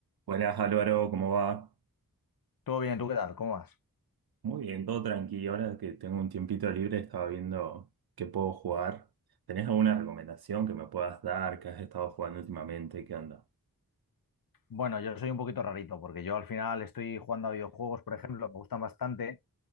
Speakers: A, on the right (about 85°); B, on the left (about 70°).
A: Buenas Álvaro, ¿cómo va?
B: Todo bien, ¿tú qué tal? ¿Cómo vas?
A: Muy bien, todo tranquilo. Ahora que tengo un tiempito libre, estaba viendo qué puedo jugar. ¿Tenés alguna recomendación que me puedas dar? ¿Qué has estado jugando últimamente? ¿Qué onda?
B: Bueno, yo soy un poquito rarito porque yo al final estoy jugando a videojuegos, por ejemplo, me gustan bastante,